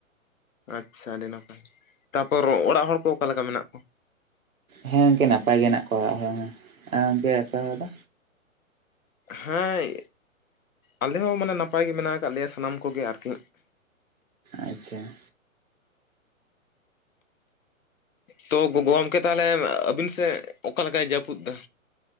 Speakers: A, on the left; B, on the right.
A: ᱟᱪᱪᱷᱟ ᱟᱹᱰᱤ ᱱᱟᱯᱟᱭ ᱛᱟᱯᱚᱨ ᱚᱲᱟᱜ ᱦᱚᱲ ᱠᱚ ᱚᱠᱟ ᱞᱮᱠᱟ ᱢᱮᱱᱟᱜ ᱠᱚᱣᱟ?
B: ᱦᱮᱸ ᱜᱚᱝᱠᱮ ᱱᱟᱯᱟᱭ ᱜᱮ ᱦᱮᱱᱟᱜ ᱠᱚᱣᱟ ᱟᱨ ᱜᱚᱝᱠᱮ ᱟᱯᱮ ᱠᱚᱫᱚ?
A: ᱦᱮᱸ ᱟᱞᱮ ᱦᱚᱸ ᱢᱟᱱᱮ ᱱᱟᱯᱟᱭ ᱜᱮ ᱢᱮᱱᱟᱜ ᱟᱠᱟᱫ ᱞᱮᱭᱟ ᱥᱟᱱᱟᱢ ᱠᱚᱜᱮ ᱟᱨᱠᱤ᱾
B: ᱟᱪᱪᱷᱟ ᱾
A: ᱛᱚ ᱜᱚᱼᱜᱚᱢᱠᱮ ᱛᱟᱦᱚᱞᱮ ᱟᱹᱵᱤᱱ ᱥᱮᱫ ᱚᱠᱟ ᱞᱮᱠᱟᱭ ᱡᱟᱹᱯᱩᱫ ᱮᱫᱟ?